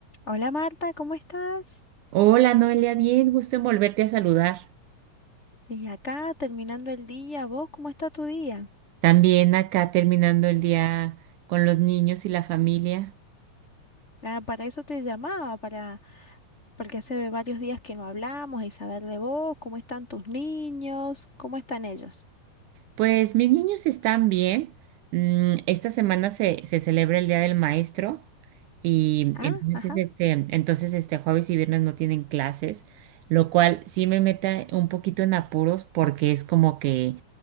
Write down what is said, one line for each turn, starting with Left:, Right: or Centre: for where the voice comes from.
Left: Hola Marta, ¿cómo estás?
Right: Hola Noelia, bien, gusto en volverte a saludar.
Left: Y acá terminando el día, ¿vos cómo está tu día?
Right: También acá terminando el día con los niños y la familia.
Left: Ah, para eso te llamaba, para, porque hace varios días que no hablamos y saber de vos, cómo están tus niños, cómo están ellos.
Right: Pues mis niños están bien. Mm, esta semana se, se celebra el Día del Maestro y
Left: Ah,
Right: entonces
Left: ajá,
Right: este, entonces este jueves y viernes no tienen clases, lo cual sí me mete un poquito en apuros porque es como que,